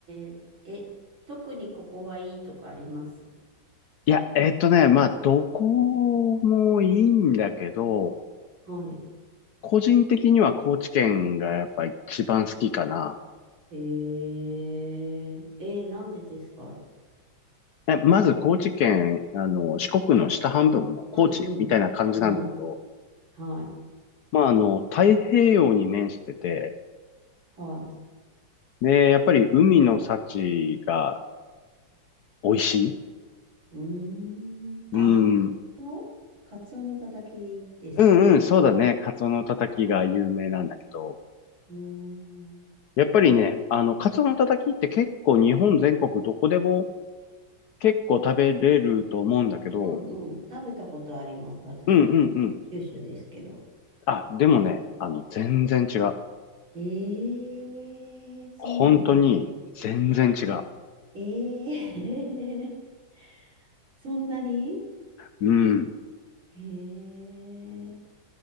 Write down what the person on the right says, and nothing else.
ー、え、特にここはいいとかあります
はい。
えええーなんでですか
うんうん。うん。はい。
はい。
うーん。
あー、カツオカツオのたたきですっけ
うーん。
うんうん。食べたことあります。私、
九州ですけど。
ええそうなんですか。
ええ <laughs> そんなに
へえ。